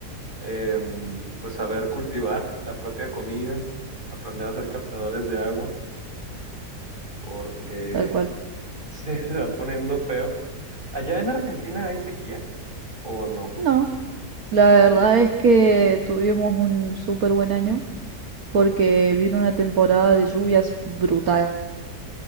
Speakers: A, on the right; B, on the right.
A: em, pues saber cultivar la propia comida, aprender a ser captadores de agua, porque
B: Tal cual.
A: <laughs> se está poniendo feo. ¿Allá en Argentina hay sequía o no?
B: No. La
A: Están,
B: verdad es que tuvimos un súper buen año porque vino una temporada de lluvias brutal.